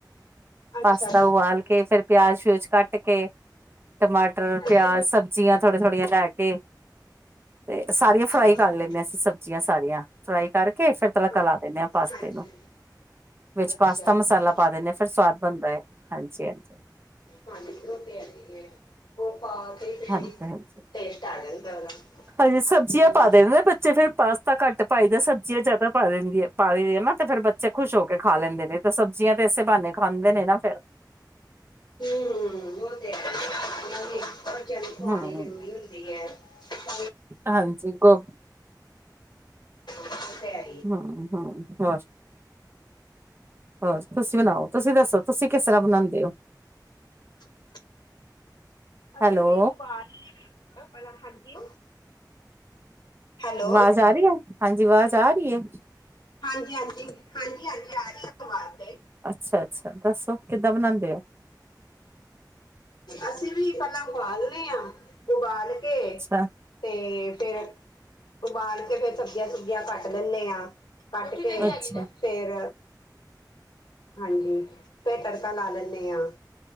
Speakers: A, on the left (about 75°); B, on the right (about 30°).
A: ਅੱਛਾ
B: ਪਾਸਤਾ ਉਬਾਲ ਕੇ ਫੇਰ ਪਿਆਜ ਪਊਜ ਕੱਟ ਕੇ। ਟਮਾਟਰ
A: ਅੱਛਾ
B: ਪਿਆਜ਼ ਸਬਜ਼ੀਆਂ ਥੋੜੀਆਂ ਥੋੜੀਆਂ ਲੈ ਕੇ। ਤੇ ਸਾਰੀਆਂ
A: ਅੱਛਾ
B: ਫਰਾਈ ਕਰ ਲੈਂਦੇ ਸਬਜ਼ੀਆਂ ਸਾਰੀਆਂ ਫਰਾਈ ਕਰਕੇ ਫਿਰ। ਤੜਕਾ
A: ਹਾਂਜੀ
B: ਲਾ ਦਿੰਦੇ ਆ ਪਾਸਤੇ ਨੂੰ, ਵਿੱਚ
A: ਅੱਛਾ
B: ਪਾਸਤਾ
A: ਅੱਛਾ
B: ਮਸਾਲਾ ਪਾ ਦਿੰਦੇ ਹਾਂ ਫਿਰ ਸਵਾਦ ਬਣਦਾ ਐ। ਹਾਂਜੀ, ਹਾਂਜੀ।
A: ਹਾਂਜੀ, ਉਹ ਤੇ ਹੈਗੀ ਏ, ਉਹ ਪਾ ਕੇ ਫੇਰ
B: ਹਾਂਜੀ ਹਾਂਜੀ
A: ਟੇਸਟ ਆ ਜਾਂਦਾ ਉਹਦਾ।
B: ਹਾਂਜੀ ਸਬਜ਼ੀਆਂ
A: ਹੂੰ
B: ਪਾਦੇ ਨੇ ਨਾ ਬੱਚੇ। ਤੇ ਫਿਰ ਪਾਸਤਾ ਕੱਟ ਪਾਈ ਦਾ, ਸਬਜ਼ੀਆਂ ਜਾਦਾ ਪਾ ਦਿੰਦੀਆਂ, ਪਾਦੇਦੀਆਂ ਨਾ, ਤੇ ਫੇਰ ਬੱਚੇ ਖੁਸ਼ ਹੋ ਕੇ ਖਾ ਲੈਂਦੇ ਨੇ। ਤੇ ਸਬਜ਼ੀਆਂ ਤੇ ਏਸੇ ਬਾਨੇ ਖਾਂਦੇ ਨੇ ਨਾ ਫੇਰ।
A: ਹੂੰ, ਉਹ ਤੇ ਹੈ ਈ ਏ <unintelligible> ਬੱਚੇਆਂ ਨੂੰ ਖਵਾਣੀ
B: ਹਮ
A: ਜ਼ਰੂਰੀ ਹੁੰਦੀ ਐ। <unintelligible> <inaudible>
B: ਹਾਂਜੀ ਗੋ
A: ਉਹ ਤੇ ਹੈਂ
B: ਹਾ-ਹਾ ਹੋਰ, ਹੋਰ ਤੁਸੀਂ ਬਣਾਓ, ਤੁਸੀਂ ਦੱਸੋ? ਤੁਸੀਂ ਕਿਸ ਰ੍ਹਾਂ ਬਨਾਂਦੇ ਹੋ?
A: <inaudible> ਅਸੀਂ
B: ਹੈਲੋ
A: ਵੀ ਉਬਾਲ <unintelligible> ਪਲਾ ਹਾਂਜੀ ਹੈਲੋ
B: ਵਾਜ ਆ ਰਈ ਐ, ਹਾਂਜੀ ਵਾਜ ਆ ਰਈ ਐ?
A: ਹਾਂਜੀ-ਹਾਂਜੀ, ਹਾਂਜੀ-ਹਾਂਜੀ, ਆ ਰਈ ਐ ਵਾਜ ਤੇ।
B: ਅੱਛਾ-ਅੱਛਾ, ਦੱਸੋ? ਕਿੱਦਾਂ ਬਣਾਉਂਦੇ ਹੋ
A: ਅਸੀਂ ਵੀ ਪੈਲਾਂ ਉਬਾਲਨੇ ਆ। ਉਬਾਲ ਕੇ
B: ਅੱਛਾ
A: ਤੇ ਫੇਰ, ਉਬਾਲ ਕੇ ਫੇਰ ਸਬਜ਼ੀਆਂ ਸੁਬਜ਼ੀਆਂ ਕੱਟ ਦੇਣੇ ਆ। ਕੱਟ ਕੇ
B: ਅੱਛਾ
A: ਫੇਰ ਹਾਂਜੀ, ਤੇ ਤੜਕਾ ਲਾ ਲੈਂਨੇ ਆ।